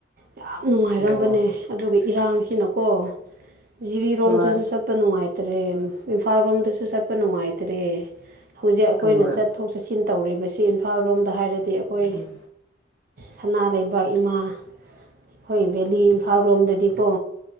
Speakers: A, on the right (about 50°); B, on the right (about 90°).
A: ꯌꯥꯝ ꯅꯨꯡꯉꯥꯏꯔꯝꯕꯅꯦ
B: ꯑꯣ
A: ꯑꯗꯨꯒ ꯏꯔꯥꯡꯁꯤꯅꯀꯣ ꯖꯤꯔꯤꯔꯣꯝꯗꯁꯨ
B: ꯍꯣꯏ
A: ꯆꯠꯄ ꯅꯨꯡꯉꯥꯏꯇꯦ ꯇ꯭ꯔꯦ ꯏꯝꯐꯥꯜ ꯔꯣꯝꯗꯁꯨ ꯆꯠꯄ ꯅꯨꯡꯉꯥꯏꯇ꯭ꯔꯦ ꯍꯧꯖꯤꯛ ꯑꯩꯈꯣꯏꯅ
B: ꯍꯣꯏ
A: ꯆꯠꯊꯣꯛ ꯆꯠꯁꯤꯟ ꯇꯧꯔꯤꯕꯁꯤ ꯏꯝꯐꯥꯜ ꯔꯣꯝꯗ ꯍꯥꯏꯔꯗꯤ ꯑꯩꯈꯣꯏ
B: ꯎꯝ
A: ꯁꯅꯥ ꯂꯩꯕꯥꯛ ꯏꯃꯥ ꯑꯩꯈꯣꯏ ꯚꯦꯂꯤ ꯏꯝꯐꯥꯜ ꯔꯣꯝꯗꯗꯤꯀꯣ